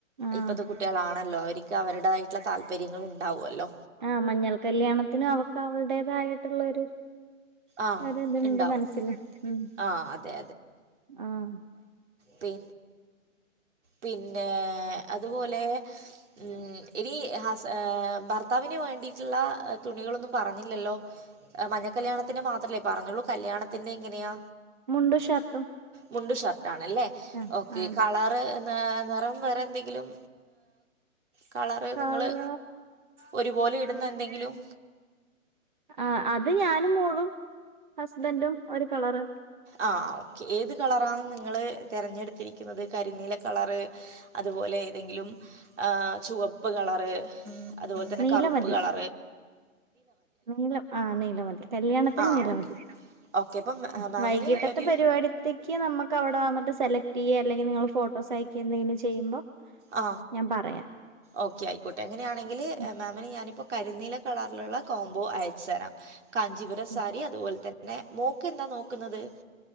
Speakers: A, on the right; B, on the right.
A: ആഹ്
B: ഇപ്പത്തെ കുട്ടികളാണല്ലോ അവർക്ക് അവരുടതായിട്ടുള്ള താല്പര്യങ്ങള ഉണ്ട് ഉണ്ടാവുമല്ലോ
A: ആഹ മഞ്ഞൾ കല്യാണത്തിനും അവക്ക് അവളടേതായിട്ടുള്ള ഒരു
B: ആ
A: ഒ ഇതുണ്ട്
B: ഉണ്ടാവും
A: മനസ്സില് ഉം
B: ആ അതെ
A: ആഹ
B: പിന്നെ പിന്നെ അതുപോലെ ഉം ഇനി ഹ ഹ ഭർത്താവിന് വേണ്ടിയിട്ടുള്ള തുണികളൊന്നും പറഞ്ഞില്ലല്ലോ മഞ്ഞ കല്യാണത്തിന്ടെ മാത്രമല്ലേ പറഞ്ഞുള്ളൂ കല്യാണത്തിന്റെറെ എങ്ങനെയാ
A: മുണ്ടു ഷർട്ടും
B: മുണ്ടും ഷർട്ടും ആണല്ലേ
A: ആഹ്
B: ഓക്കെ
A: ആഹ് അതെ
B: കളർ നിറം വേറെ എന്തെ ങ്കിലും കളറ്
A: കള
B: നിങ്ങള് ഒരുപോലെ ഇടുന്ന എന്തെങ്കിലും
A: ആ അത് ഞാനും മോളും ഹസ്ബൻറും ഒരു കളറ്
B: ആ ഓക്കെ ഏത് കളറാണ് നിങ്ങൾ തിരഞ്ഞെടുത്തിരിക്കുന്നത് കരിനീല കളറ് അതുപോലെ ഏതെങ്കിലുംആ ചുവപ്പ് കളറ് അതുപോലെ തന്നെ
A: നീല
B: കറുപ്പ്
A: മതി
B: കളർ
A: നീല ആ നീലമതി കല്യാണത്തിന്
B: ആ
A: നിലമതി
B: ഓക്കെ ഓക്കെ അപ്പം മാ-
A: മ
B: മാമിന്
A: വൈകിട്ടത്തെ
B: ഒരു
A: പരിപാടത്തേക്ക് നമുക്ക് അവിടെ വന്നട്ട് സെലക്ട് ചെയ്യാം അല്ലെങ്കിൽ നിങ്ങൾ ഫോട്ടോ സയക്ക് എന്തെങ്കിലും ചെയ്യുമ്പോ
B: ആ
A: ഞാൻ പറയാം
B: ഓക്കെ ആയിക്കോട്ടെ അങ്ങനെയാണെങ്കിൽ
A: ഉം,
B: മാമിന് ഞ ഇപ്പൊ കരിനീല കളറിലുള്ള കോംബോ അയച്ചു തരാം കാഞ്ചീപുര
A: ഉം.
B: സാരി അതുപോലെ തന്നെ പിന്നെ മോക്ക്ന്താ നോക്കുന്നത്